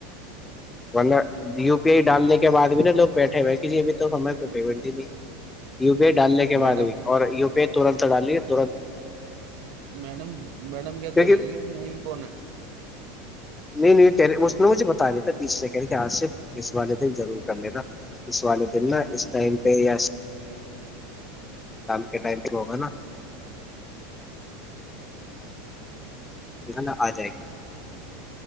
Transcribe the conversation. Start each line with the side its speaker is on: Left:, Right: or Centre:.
Left: ڈالنے کے بعد بھی نا لوگ بیٹھے ہوئے ہیں کہ جی ابھی تو ہمیں پیمنٹ ہی نہیں ڈالنے کے
Right: میڈم
Left: بعد بھی اور یو پی تھوڑا ڈال لیا ترن
Right: میڈم میڈم
Left: کیونکہ
Right: کہ تو رہیں گے نعیم کون ہے
Left: نہیں نہیں کہہ رہے ہیں اس نے مجھے بتا دیا تھا اس سیکنڈ کے اصف اس والدین ضرور کر لینا اس والے دن نا اس ٹائم پہ یا کے ٹائم تک ہوگا نا ا جائیں گے